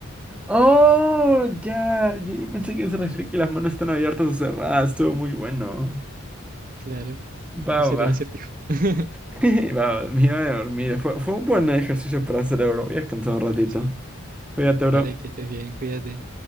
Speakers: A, in the centre; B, on the right (about 40°).
A: Oh, ya. Yo, yo pensé que se refería que las manos están abiertas o cerradas. Estuvo muy bueno.
B: Claro,
A: Va,
B: ese
A: va.
B: era el acertijo. <laughs>
A: Va, va. <laughs> Me iba a dormir. Fue, fue un buen ejercicio para el cerebro. Voy a descansar un ratito.
B: Sí,
A: Cuídate, bro.
B: dale, que estés bien, cuídate.